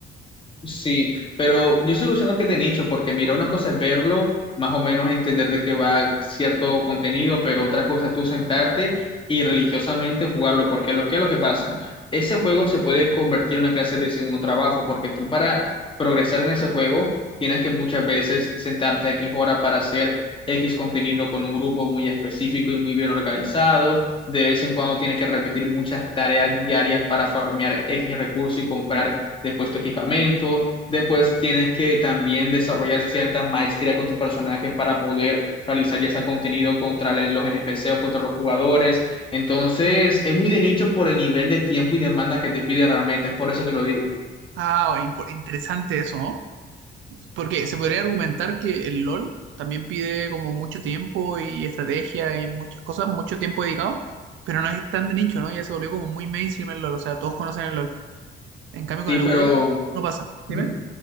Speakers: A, on the left; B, on the right.
A: Sí, pero yo sigo diciendo que es de nicho, porque mira, una cosa es verlo, más o menos entender de qué va cierto contenido, pero otra cosa es tú sentarte y religiosamente jugarlo, porque lo que es lo que pasa, ese juego se puede convertir en una clase de segundo trabajo, porque tú para progresar en ese juego tienes que muchas veces sentarte aquí horas para hacer X contenido con un grupo muy específico y muy bien organizado. De vez en cuando tienes que repetir muchas tareas diarias para farmear X recursos y comprar después tu equipamiento, después tienes que también desarrollar cierta maestría con tu personaje para poder realizar ya sea contenido contra la- los NPC o contra los jugadores. Entonces, es muy de nicho por el nivel de tiempo y demanda que te pide realmente, es por eso que lo digo.
B: Ah, impo- interesante eso, ¿no? Porque se podría argumentar que el LOL también pide como mucho tiempo y estrategia y muchas cosas, mucho tiempo dedicado, pero no es tan de nicho, ¿no? Ya se volvió como muy mainstream el LOL, o sea, todos conocen el LOL. En cambio con
A: Sí,
B: el
A: pero...
B: WoW no pasa.
A: ujú.
B: Dime.